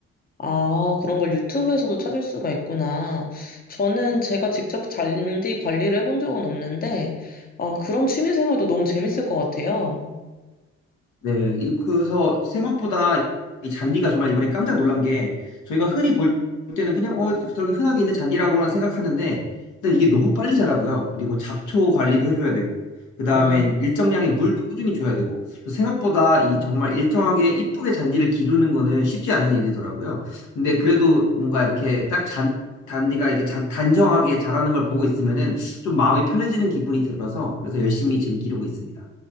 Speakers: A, on the left (about 30°); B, on the left (about 85°).
A: 아, 그런 걸 유튜브에서도 찾을 수가 있구나. 저는 제가 직접 잔디 관리를 해본 적은 없는데, 아, 그런 취미 생활도 너무 재밌을 것 같아요.
B: 네, 이- 그래서 생각보다 이 잔디가 정말 이번에 깜짝 놀란 게 저희가 흔히 볼 때는 그냥 어 저기 흔하게 있는 잔디라고만 생각하는데 일단 이게 너무 빨리 자라고요. 그리고 잡초 관리도 해줘야 되고 그다음에
A: 음,
B: 일정량의 물도 꾸준히 줘야 되고 그래서 생각보다 이 정말 일정하게 이쁘게 잔디를 기르는 거는 쉽지 않은 일이더라고요. 근데 그래도 뭔가 이렇게 딱 잔, 잔디가 이렇게 잔, 단정하게 자라는 걸 보고 있으면은 좀 마음이 편해지는 기분이 들어서 그래서 열심히 지금 기르고 있습니다.